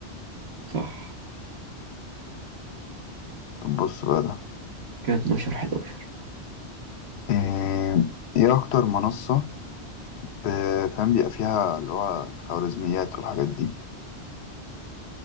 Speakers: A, on the right (about 70°); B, on the left (about 75°).
A: صح
B: يعني. بص بقى ده
A: كده اتناشر حداشر
B: ايه ايه اكتر منصة ب- فاهم بيبقى فيها اللي هو الخوارزميات والحاجات دي